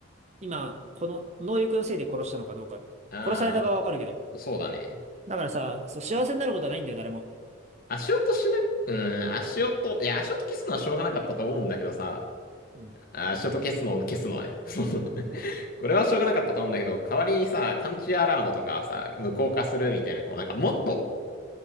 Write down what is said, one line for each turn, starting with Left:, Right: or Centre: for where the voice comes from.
Right: 今、この能力のせいで殺したのかどうか。
Left: あ
Right: 殺された側はわかるけど。
Left: あ、そうだね。
Right: だからさ、そう、幸せになることはないんだよ、誰も。
Left: 足音しな、うん、足音、いや、足音消すのはしょうがなかったと思うんだけどさ、
Right: うん。
Left: あ足音消すのを消すのはね。<laughs> そう
Right: うん。
Left: これはしょうがなかったと思うんだけど、代わりにさ、感知アラームとかさ、無効化するみたいな、こう、なんかもっと、